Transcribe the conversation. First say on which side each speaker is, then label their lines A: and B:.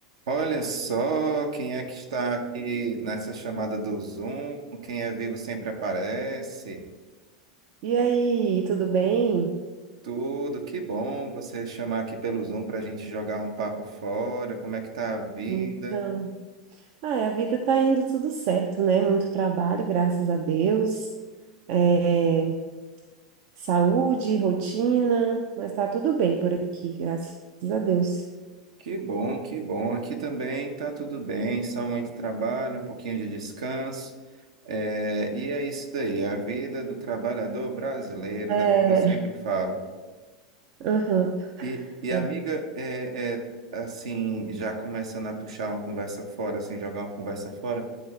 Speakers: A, on the right; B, on the right.
A: Olha só quem é que está aqui nessa chamada do Zoom. Quem é vivo sempre aparece.
B: E aí, tudo bem?
A: Tudo, que bom você chamar aqui pelo Zoom para a gente jogar um papo fora. Como é que tá a vida?
B: Então, ah, a vida tá indo tudo certo, né? Muito trabalho, graças a Deus. É, saúde, rotina, mas tá tudo bem por aqui, graças a Deus.
A: Que bom, que bom. Aqui também tá tudo bem, só muito trabalho, um pouquinho de descanso. É, e é isso daí, a vida do trabalhador brasileiro,
B: É,
A: né? Como eu sempre falo.
B: aham,
A: E, e
B: é,
A: amiga, é, é, assim, já começando a puxar uma conversa fora, assim, jogar uma conversa fora,